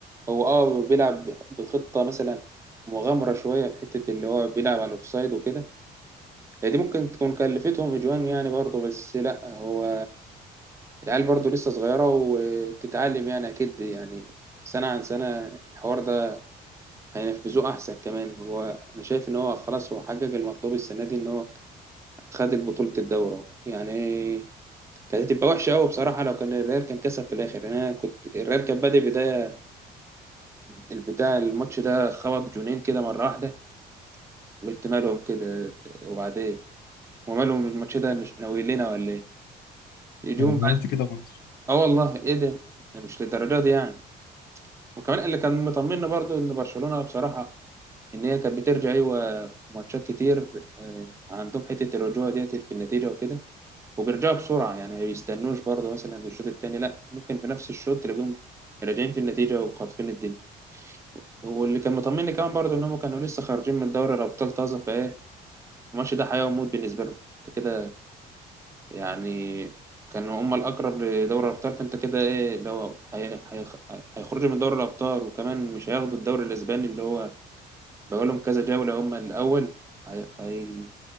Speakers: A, on the right; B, on the left.
A: هو اه بيلعب بخطة مثلا مغامرة شوية في حتة اللي هو بيلعب على الأوفسايد وكده هي دي ممكن تكون كلفتهم أجوان يعني برضه بس لا هو العيال برضو لسه صغيرة وبتتعلم يعني أكيد يعني سنة عن سنة الحوار ده هينفذوه أحسن كمان هو أنا شايف إن هو خلاص هو حقق المطلوب السنة دي إن هو خد بطولة الدورة يعني كانت هتبقى وحشة أوي بصراحة لو كان الريال كان كسب في الآخر يعني أنا كنت الريال كان بادئ بداية البداية الماتش ده خبط جونين كده مرة واحدة قلت مالهم كده وبعدين ومالهم الماتش ده ناويين لنا ولا إيه؟ يجوم
B: يعني
A: بعد
B: أنا قلت كده برضه
A: آه والله إيه ده؟ مش للدرجة دي يعني وكمان اللي كان مطمنا برضو ان برشلونه بصراحه ان هي كانت بترجع ايوه في ماتشات كتير آه، عندهم حته الرجوع ديت في النتيجه وكده وبيرجعوا بسرعه يعني ما بيستنوش برضو مثلا الشوط الثاني لا ممكن في نفس الشوط تلاقيهم راجعين في النتيجه وخاطفين الدنيا واللي كان مطمني كمان برضو ان هم كانوا لسه خارجين من دوري الابطال طازه فايه الماتش ده حياه وموت بالنسبه لهم انت كده يعني كانوا هم الاقرب لدوري الابطال فانت كده ايه اللي هو هي- هي- هيخرجوا من دوري الابطال وكمان مش هياخدوا الدوري الاسباني اللي هو بقول لهم كذا جولة هم الأول هي... هي...